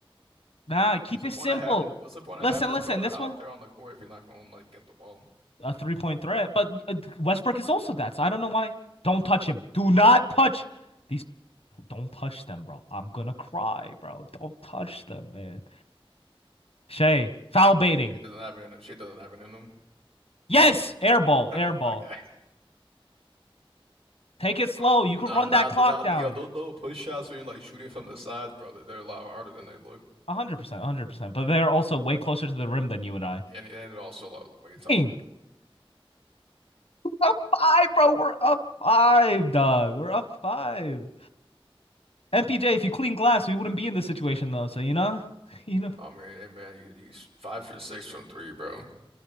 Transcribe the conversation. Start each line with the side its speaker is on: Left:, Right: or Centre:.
Left: Nah, keep
Right: What's the
Left: it
Right: point
Left: simple.
Right: of having what's the point
Left: Listen,
Right: of having this
Left: listen.
Right: brother
Left: This
Right: out
Left: one
Right: there on the court if you're not gonna like get the ball?
Left: a three point threat, but uh, Westbrook is also that. So I don't know why. Don't touch him. Do not touch these. Don't touch them, bro. I'm gonna cry, bro. Don't touch them, man. Shay, foul baiting.
Right: Shea doesn't have it in him. Shea doesn't have it in him.
Left: Yes, air ball,
Right: <laughs>
Left: air
Right: Oh my
Left: ball.
Right: God.
Left: Take it slow.
Right: Bro,
Left: You
Right: nah,
Left: can run
Right: nah,
Left: that clock
Right: nah, nah,
Left: down.
Right: yo, those little push shots where you're like shooting from the side, brother, they're a lot harder than they look,
Left: 100%, 100%. But they're also way closer to the rim than you and I.
Right: and and they're also a lot way taller.
Left: Dang, Up five, bro. We're up five, dog. We're up five. MPJ, if you clean glass, we wouldn't be in this situation though. So you know, <laughs> you know
Right: I mean, hey, man, he- he's five for six from three, bro.